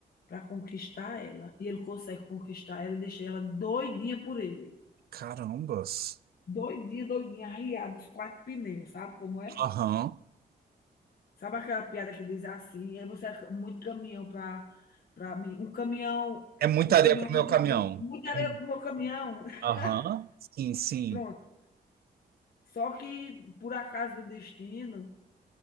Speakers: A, on the left; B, on the right.
A: para conquistar ela. E ele consegue conquistar ela e deixar ela doidinha por ele.
B: Carambas.
A: Doidinha, doidinha, arriada, os quatro pneus, sabe como é?
B: Aham.
A: Sabe aquela piada que diz assim, e aí você é muito caminhão para para mim, um caminhão
B: É muita
A: um
B: areia
A: caminhão
B: pro meu
A: muito
B: caminhão.
A: grande, muita
B: É
A: areia
B: mu-
A: pro meu caminhão. <laughs>
B: Aham. Sim, sim.
A: Pronto. Só que, por acaso do destino,